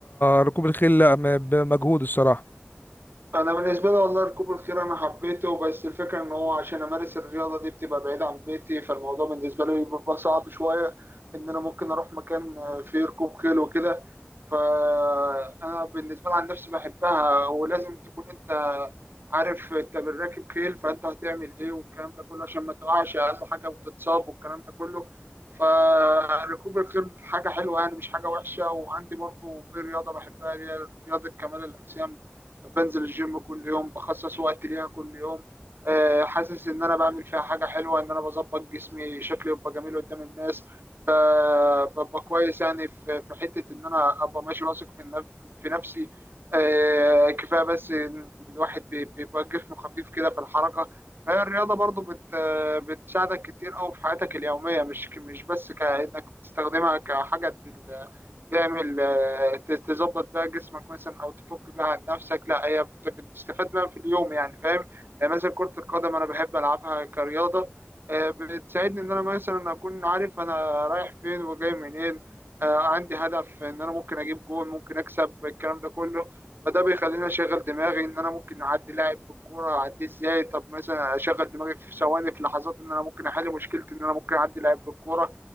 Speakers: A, on the left (about 50°); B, on the right (about 60°).
A: ركوب الخيل لا م- بمجهود الصراحه
B: انا بالنسبه لي والله ركوب الخيل انا حبيته بس الفكره ان هو عشان امارس الرياضه دي بتبقى بعيد عن بيتي فالموضوع بالنسبه لي بيبقى صعب شويه ان انا ممكن اروح مكان فيه ركوب خيل وكده فانا بالنسبه لي عن نفسي بحبها ولازم تكون انت عارف انت بالراكب خيل فانت هتعمل ايه والكلام ده كله عشان ما تقعش اقل حاجه وتتصاب والكلام ده كله فركوب الخيل حاجه حلوه يعني مش حاجه وحشه وعندي برضو في رياضه بحبها اللي هي رياضه كمال الاجسام بنزل الجيم كل يوم بخصص وقت ليها كل يوم آه، حاسس ان انا بعمل فيها حاجه حلوه ان انا بظبط جسمي شكلي يبقى جميل قدام الناس ب- ببقى كويس يعني في في حته ان انا ابقى ماشي واثق في النف- في نفسي آه، كفايه بس إن الواحد بي- بيبقى جسمه خفيف كده في الحركه فهي الرياضه برضو بت بتساعدك كتير قوي في حياتك اليوميه مش مش بس كانك بتستخدمها كحاجه تعمل آه، ت- تظبط بقى جسمك مثلا او تفك بقى عن نفسك لا هي بت- بتستفاد بقى في اليوم يعني فاهم يعني مثلا كرة القدم انا بحب العبها كرياضة آه، بتساعدني ان انا مثلا اكون عارف انا رايح فين وجاي منين آه، عندي هدف ان انا ممكن اجيب جول ممكن اكسب الكلام ده كله فده بيخليني اشغل دماغي ان انا ممكن اعدي لاعب بالكوره اعديه ازاي طب مثلا اشغل دماغي في ثواني في لحظات ان انا ممكن احل مشكلتي ان انا ممكن اعدي لاعب بالكوره